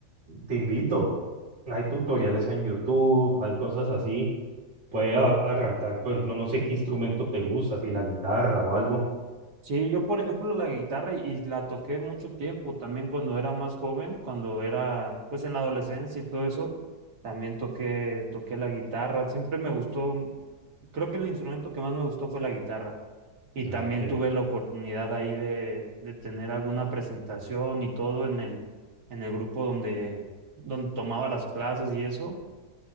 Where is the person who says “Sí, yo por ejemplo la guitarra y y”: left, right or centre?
Right